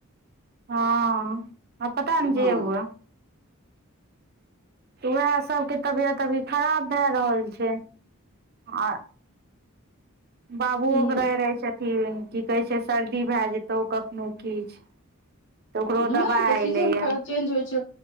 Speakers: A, on the right; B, on the left.
A: हँ आब पता ने
B: हँ
A: जे हुए तऽ ओएह सबके तबियत अभी खराब भए रहल छै आ बाबुओ
B: हूँ
A: के रहै रहै छथिन की कहे छै सर्दी भए जेतौ कखनो किछु तऽ ओकरो
B: वएह
A: दबाइ
B: तऽ सीजन
A: एलैए
B: चेंज होय छैे